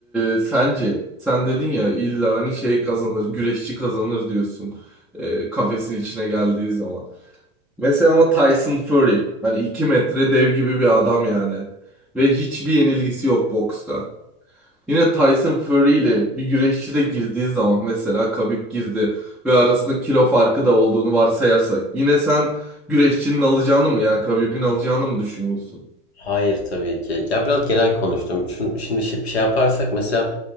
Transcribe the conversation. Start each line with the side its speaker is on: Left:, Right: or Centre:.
Centre: e, sence sen dedin ya illa hani şey kazanır güreşçi kazanır diyorsun e, kafesin içine geldiği zaman. Mesela ama Tyson Fury hani 2 metre dev gibi bir adam yani ve hiçbir yenilgisi yok boksta. Yine Tyson Fury ile bir güreşçi de girdiği zaman mesela Khabib girdi ve arasında kilo farkı da olduğunu varsayarsak yine sen güreşçinin alacağını mı yani Khabib'in alacağını mı düşünüyorsun?
Left: Hayır tabii ki. Ya biraz genel konuştum. Şun- Şimdi şey, şey yaparsak mesela